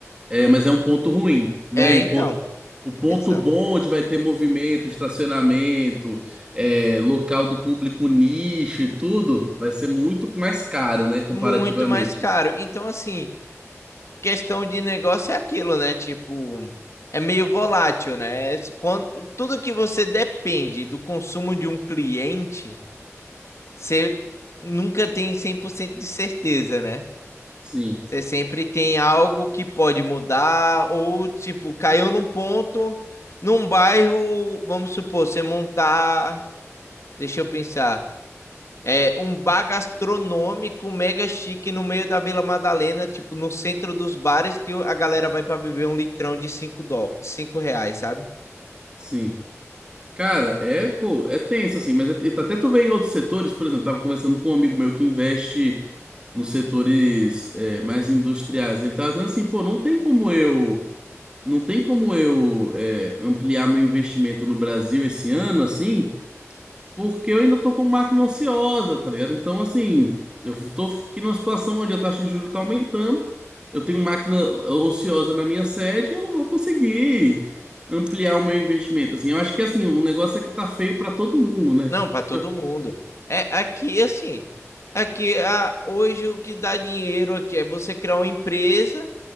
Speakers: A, on the right; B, on the left.
A: é, mas é um ponto ruim, né?
B: É,
A: E
B: então,
A: o ponto, o ponto
B: exato.
A: bom onde vai ter movimento, estacionamento, é, local do público nicho e tudo, vai ser muito mais caro, né? Comparativamente.
B: Muito mais caro. Então, assim. questão de negócio é aquilo, né? Tipo, é meio volátil, né? Quando, tudo que você depende do consumo de um cliente, você nunca tem 100% de certeza, né?
A: Sim,
B: Você sempre tem algo que pode mudar, ou tipo, caiu num ponto, num bairro, vamos supor, você montar, deixa eu pensar, é, um bar gastronômico mega chique no meio da Vila Madalena, tipo, no centro dos bares, que a galera vai para beber um litrão de cinco dó, 5 reais, sabe?
A: sim. Cara, é, pô, é tenso assim, mas é- até tu vê em outros setores, por exemplo, tava conversando com um amigo meu que investe nos setores é, mais industriais. Ele tava dizendo assim, pô, não tem como eu, não tem como eu é, ampliar meu investimento no Brasil esse ano assim, porque eu ainda tô com máquina ociosa, tá ligado? Então, assim, eu tô aqui numa situação onde a taxa de juros tá aumentando, eu tenho máquina ociosa na minha sede, eu não vou conseguir ampliar o meu investimento. Assim, eu acho que, assim, o negócio é que tá feio pra todo mundo, né?
B: Não, para
A: Fica...
B: todo mundo. É aqui assim, aqui a, hoje o que dá dinheiro aqui é você criar uma empresa